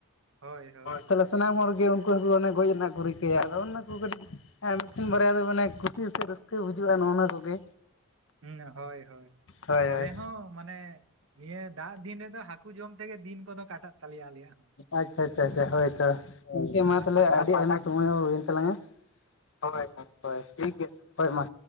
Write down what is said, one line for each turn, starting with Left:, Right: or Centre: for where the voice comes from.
Right: ᱦᱳᱭ ᱦᱳᱭ
Left: ᱛᱟᱦᱞᱮ
Right: ᱦᱳᱭ
Left: ᱥᱟᱱᱟᱢ ᱦᱚᱲ ᱜᱮ ᱩᱝᱠᱩ ᱦᱟᱹᱠᱩ ᱚᱱᱮ ᱜᱚᱡ ᱨᱮᱱᱟᱜ ᱠᱚ ᱨᱤᱠᱟᱹᱭᱟ, ᱚᱱᱱᱟ ᱠᱚ ᱠᱟᱹᱴᱤᱡ ᱮᱸ ᱢᱤᱫᱴᱤᱱ ᱵᱟᱨᱭᱟ ᱫᱚ ᱢᱟᱱᱮ ᱠᱩᱥᱤ ᱥᱮ ᱨᱟᱹᱥᱠᱟᱹ ᱵᱩᱡᱩᱜ-ᱟ ᱱᱚᱜᱼᱱᱟ ᱠᱚᱜᱮ᱾
Right: <unintelligible> ᱦᱳᱭ ᱦᱳᱭ,
Left: ᱦᱳᱭ
Right: ᱟᱞᱮ
Left: ᱦᱳᱭ
Right: ᱦᱚᱸ ᱢᱟᱱᱮ ᱱᱤᱭᱟᱹ ᱫᱟᱜ ᱫᱤᱱ ᱨᱮᱫᱚ ᱦᱟᱹᱠᱩ ᱡᱚᱢ ᱛᱮᱜᱮ ᱫᱤᱱ ᱠᱚᱫᱚ ᱠᱟᱴᱟᱜ ᱛᱟᱞᱮᱭᱟ ᱟᱞᱮᱭᱟᱜ᱾ ᱦᱚᱸ
Left: ᱟᱪᱪᱷᱟ ᱟᱪᱪᱷᱟ ᱟᱪᱷᱟ ᱦᱳᱭ ᱛᱚ ᱜᱚᱝᱠᱮ ᱢᱟ
Right: ᱚᱱᱟ
Left: ᱛᱟᱞᱦᱮ
Right: ᱯᱟᱴᱟ
Left: ᱟᱹᱰᱤ ᱟᱭᱢᱟ ᱥᱚᱢᱚᱭ ᱦᱚᱸ ᱦᱩᱭ ᱮᱱ᱾ ᱛᱞᱟᱝᱼᱟ ᱦᱳᱭ <inaudible> ᱴᱷᱤᱠ ᱜᱮᱭᱟ <inaudible> ᱦᱳᱭ ᱢᱟ।